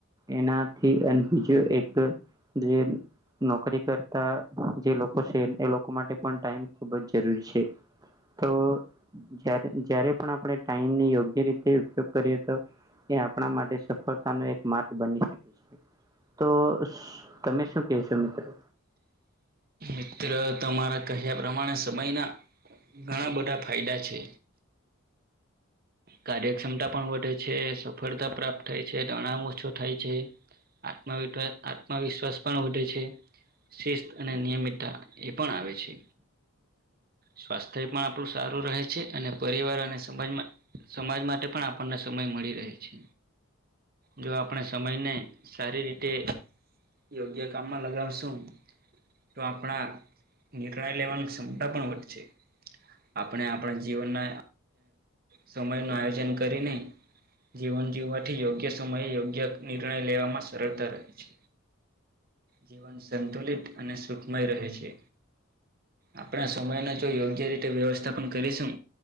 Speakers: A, on the right; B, on the right.
A: એનાથી અને બીજું એક જે નોકરી કરતા જે લોકો છે એ લોકો માટે પણ ટાઈમ ખુબ જ જરૂરી છે. તો જ જ્યારે પણ આપણે ટાઈમને યોગ્ય રીતે ઉપયોગ કરીએ તો એ આપણા માટે સફળતા નો એક માર્ગ બની શકે છે, તો તમે શું કહેશો મિત્રો
B: મિત્ર તમારા કહ્યા પ્રમાણે સમયના ઘણા બધા ફાયદા છે, કાર્યક્ષમતા પણ વધે છે, સફળતા પ્રાપ્ત થાય છે તણામ ઓછો થાય છે, આત્મવસ આત્મવિશ્વાસ પણ વધે છે, શિસ્ત અને નિયમિતતા એ પણ આવે છે, સ્વાસ્થ્ય પણ આપણું સારું રહે છે, અને પરિવાર અને સમાજમાં સમાજ માટે પણ આપણને સમય મળી રહે છે, જો આપણે સમયને સારી રીતે યોગ્ય કામમાં લગાવશું તો આપણા નિર્ણય લેવાની ક્ષમતા પણ વધશે, આપણે આપણા જીવનના સમય નું આયોજન કરીને જીવન જીવવાથી યોગ્ય સમયે યોગ્ય નિર્ણય લેવામાં સરળતા રહે છે, જીવન સંતુલિત અને સુખમય રહે છે, આપણે સમયને જો યોગ્ય રીતે વ્યવસ્થા પણ કરીશું,